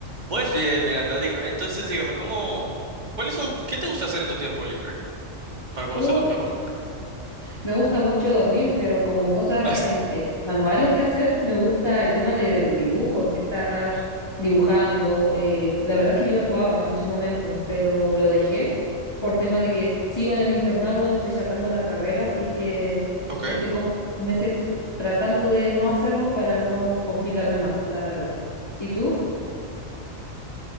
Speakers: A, on the right; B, on the left.
A: Pues bien, Miranda, diga- entonces dígame, ¿cómo, cuáles son, qué te gusta hacer en tu tiempo libre para conocernos
B: Uh,
A: mejor?
B: me gusta mucho dormir, pero como cosas
A: <laughs>
B: en- eh, manuales que hacer, me gusta el tema del dibujo, estar dibujando. eh, la verdad es que yo tatuaba en su momento, pero lo dejé por tema de que sigo en el internado, estoy sacando la carrera, así que
A: Ok,
B: estoy como meses tr- tratando de no hacerlo para no complicarme más, la verdad. ¿Y tú?